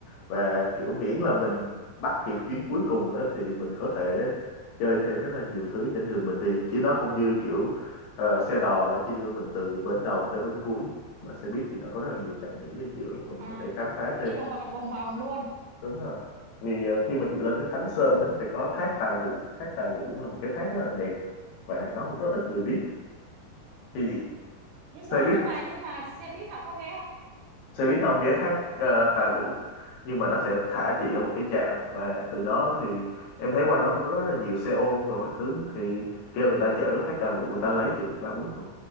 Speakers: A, on the left; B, on the right.
A: và kiểu miễn là mình bắt kịp chuyến cuối cùng á, thì mình có thể chơi thêm rất là nhiều thứ trên đường mình đi chứ nó không như kiểu ờ, xe đò là nó chỉ đưa mình từ bến đầu tới bến cuối mà xe buýt thì nó có rất là nhiều chặng nghỉ ở giữa và mình
B: à
A: có thể khám phá thêm
B: đi vòng vòng vòng vòng luôn
A: đúng rồi vì ờ, khi mà chị lên tới Khánh Sơn
B: ừ.
A: á, nó sẽ có thác Tà Rụ thác Tà Rụ cũng là một cái thác rất là đẹp và nó cũng rất ít người biết thì
B: nhưng
A: xe
B: mà
A: buýt
B: nhưng mà nhưng mà xe buýt họ có ghé không
A: xe buýt nó không ghé thác ờ, Tà Rụ nhưng mà nó sẽ thả chị ở một cái trạm và từ đó thì em thấy quanh đó cũng có rất là nhiều xe ôm rồi các thứ thì kêu người ta chở ở thác Tà Rụ người ta lấy chừng ba bốn chục